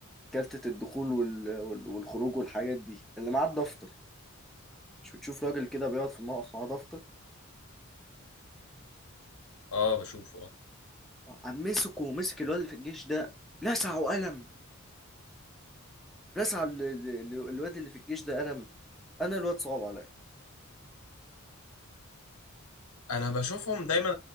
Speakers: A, in the centre; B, on the left.
A: كارتة الدخول وال- وال- والخروج والحاجات دي اللي معاه الدفتر مش بتشوف راجل كده بيقعد في الموقف معاه دفتر
B: اه بشوفه اه
A: قام مسكه ومسك الواد اللي في الجيش ده لسعه قلم لسع ال- ال- ال- الواد اللي في الجيش ده قلم انا الواد صعب عليا
B: انا بشوفهم دايما